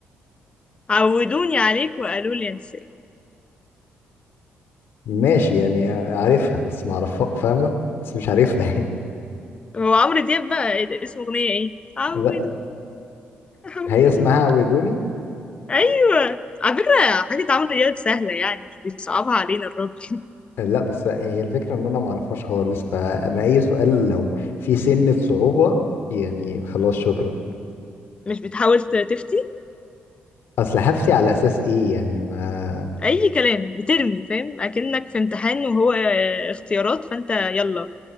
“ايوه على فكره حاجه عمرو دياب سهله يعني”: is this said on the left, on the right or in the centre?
Left